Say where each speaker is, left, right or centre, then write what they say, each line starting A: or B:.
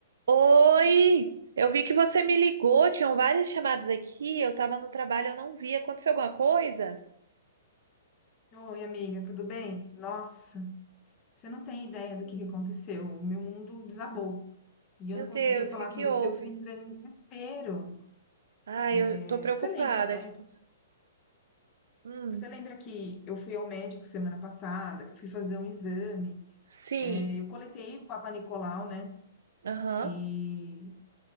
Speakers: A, on the right (about 85°); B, on the left (about 20°).
A: Oi! Eu vi que você me ligou, tinham várias chamadas aqui, eu tava no trabalho, eu não vi. Aconteceu alguma coisa?
B: Oi, amiga, tudo bem? Nossa, você não tem ideia do
A: Hum,
B: que que aconteceu. O meu mundo desabou e eu
A: Meu
B: não conseguia
A: Deus,
B: falar
A: o que que
B: com você,
A: houve?
B: eu fui entrando em desespero.
A: Ai, eu
B: É,
A: tô preocupada.
B: Você lembra, né?
A: O que aconteceu? Hum,
B: Você lembra que eu fui ao médico semana passada, que eu fui fazer um exame.
A: sim.
B: É, Eu coletei o Papa Nicolau, né?
A: Aham.
B: E,